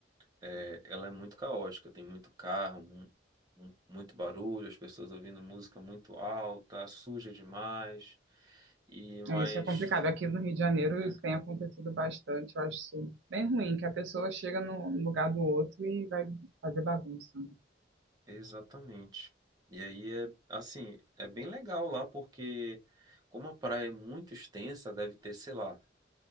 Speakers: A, on the right; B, on the right.
A: é, ela é muito caótica, tem muito carro, mu- mu- muito barulho, as pessoas ouvindo música muito alta, suja demais, e mas
B: É, isso é complicado. Aqui no Rio de Janeiro isso
A: é,
B: tem acontecido bastante. Eu acho isso bem ruim, que a pessoa chega no no lugar do outro e vai fazer bagunça. né?
A: exatamente. E aí é assim, é bem legal lá porque como a praia é muito extensa, deve ter, sei lá,